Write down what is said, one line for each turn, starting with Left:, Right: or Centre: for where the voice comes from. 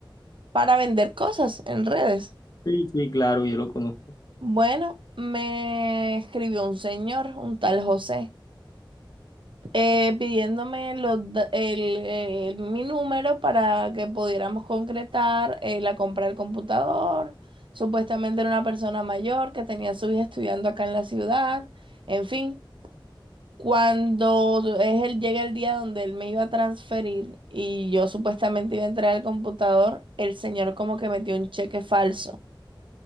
Right: para vender cosas en redes.
Left: Sí, sí, claro, yo lo conozco.
Right: Bueno, me escribió un señor, un tal José, eh, pidiéndome los da- el, eh, mi número para que pudiéramos concretar eh, la compra del computador. Supuestamente era una persona mayor que tenía a su hija estudiando acá en la ciudad, en fin. Cuando es el, llega el día donde él me iba a transferir y yo supuestamente iba a entrar al computador, el señor como que metió un cheque falso